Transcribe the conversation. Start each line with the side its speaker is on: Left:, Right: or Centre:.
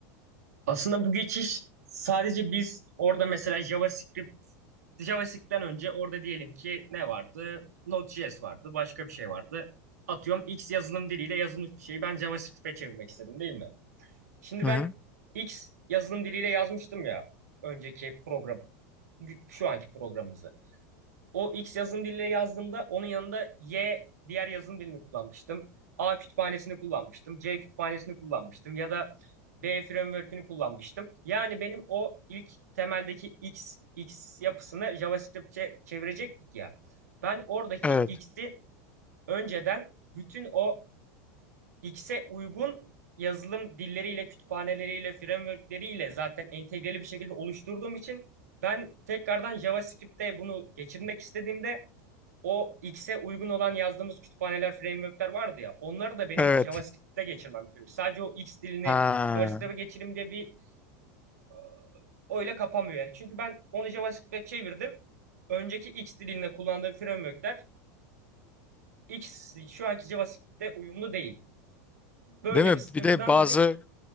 Right: Aslında bu geçiş sadece biz orada mesela JavaScript JavaScript'ten önce orada diyelim ki ne vardı? Node.js vardı, başka bir şey vardı. Atıyorum X yazılım diliyle yazılmış bir şeyi ben JavaScript'e çevirmek istedim değil mi? Şimdi
Left: Hı
Right: ben
Left: hı.
Right: X yazılım diliyle yazmıştım ya önceki program, şu anki programımızı. O X yazım diliyle yazdığımda onun yanında Y diğer yazım dilini kullanmıştım. A kütüphanesini kullanmıştım. C kütüphanesini kullanmıştım. Ya da B framework'ünü kullanmıştım. Yani benim o ilk temeldeki X, X yapısını JavaScript'e çevirecektik ya. Ben oradaki
Left: Evet.
Right: X'i önceden bütün o X'e uygun yazılım dilleriyle, kütüphaneleriyle, framework'leriyle zaten entegreli bir şekilde oluşturduğum için ben tekrardan JavaScript'te bunu geçirmek istediğimde o X'e uygun olan yazdığımız kütüphaneler, framework'ler vardı ya. Onları da benim
Left: Evet.
Right: JavaScript'te geçirmem gerekiyor. Sadece o X dilini
Left: Ha.
Right: JavaScript'e geçireyim diye bir e, öyle kapamıyor yani. Çünkü ben onu JavaScript'e çevirdim. Önceki X dilinde kullandığım framework'ler X şu anki JavaScript'te uyumlu değil. Böyle
Left: Değil mi?
Right: bir sıkıntıdan
Left: Bir de bazı
Right: dolayı